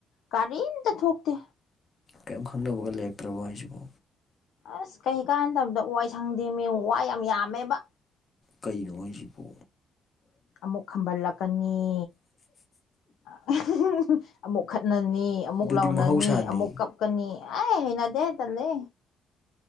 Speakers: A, on the left; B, on the left.
A: ꯀꯥꯔꯤꯝꯇ ꯊꯣꯛꯇꯦ
B: ꯀꯩꯝ ꯈꯪꯅꯕꯒ ꯂꯩꯔꯛꯇ꯭ꯔꯕꯣ ꯍꯥꯏꯖꯤꯕꯣ
A: ꯑꯁ ꯀꯩ ꯀꯥꯟꯗꯕꯗ ꯋꯥꯏ ꯁꯪꯗꯦꯃꯤ ꯋꯥ ꯌꯥꯝ ꯌꯥꯝꯃꯦꯕ
B: ꯀꯩꯅꯣ ꯍꯥꯏꯖꯤꯕꯣ
A: ꯑꯃꯨꯛ ꯈꯝꯕꯜꯂꯛꯀꯅꯤ <unintelligible> ꯑꯃꯨꯛ ꯈꯠꯅꯅꯤ ꯑꯃꯨꯛ
B: ꯑꯗꯨꯗꯤ
A: ꯂꯥꯎꯅꯅꯤ
B: ꯃꯍꯧꯁꯥꯅꯤ
A: ꯑꯃꯨꯛ ꯀꯞꯅꯅꯤ ꯑꯩ ꯍꯩꯅꯗꯦ ꯇꯜꯂꯦ꯫